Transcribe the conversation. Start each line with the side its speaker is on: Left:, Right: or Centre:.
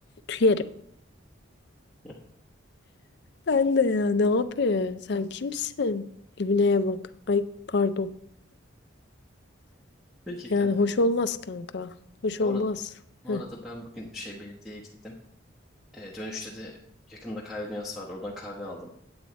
Left: tüyerim.
Centre: <laughs>
Left: Ben de ya ne yapıyor? Sen kimsin? İbneye bak. Ay pardon.
Centre: Peki
Left: Yani
Centre: kanka.
Left: hoş olmaz kanka. Hoş
Centre: Bu
Left: olmaz.
Centre: arada, bu
Left: Heh.
Centre: arada ben bugün şey belediyeye gittim. Ee, dönüşte de yakında kahve dünyası vardı. Oradan kahve aldım.